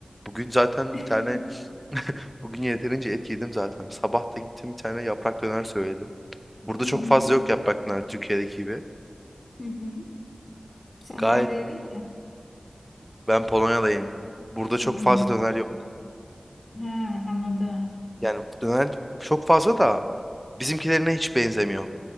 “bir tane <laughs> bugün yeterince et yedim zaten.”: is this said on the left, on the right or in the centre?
Centre